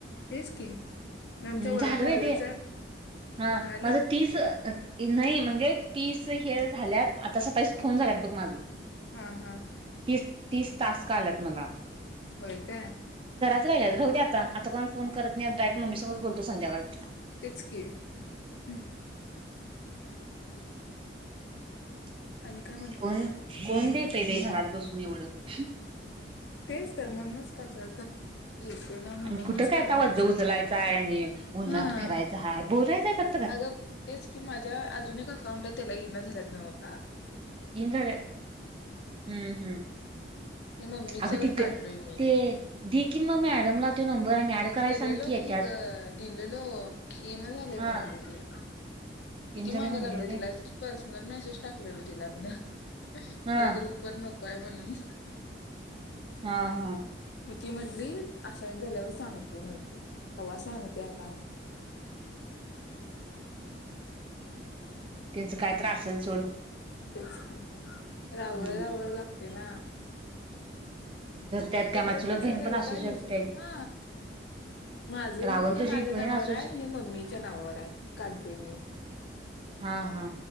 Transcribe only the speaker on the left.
तेच की आमच्या वरात
दहावीच
काय
यालं?
हा हा.
होय काय
तेच की हम्म
आणि काय म्हणतीस
तेच तर म्हणूनच कशाला तर येते ना म्हणूनच
करायचं
हा
अगं तेच की माझ्या अजून एक अकाउंट आहे त्याला येईना झाल्यात नव्ह. हां.
हे मम्मीच्या
वर
काढलोय मी
दिलेलो
की
ग, दिलेलो ये ना, झालंय
म्हणाली ती किती
मागं
लागलोय
तिला <unintelligible> पर्सनल मॅसेज टाकलेलो तिला मी न.
मला ग्रुप वर न को हाय म्हणून?
म ती म्हंटली, असाइन झाल्यावर सांगती म्हणली, कवा सांगती आता
तेच कि रावळ
रावळ लागते ना
तर
तरी
तसंच
झालं
काय
विषय हा माझं
मी ते
माझ्या
नावावर
आहे हे मम्मी च्या नावावर आहे काढलोय मी.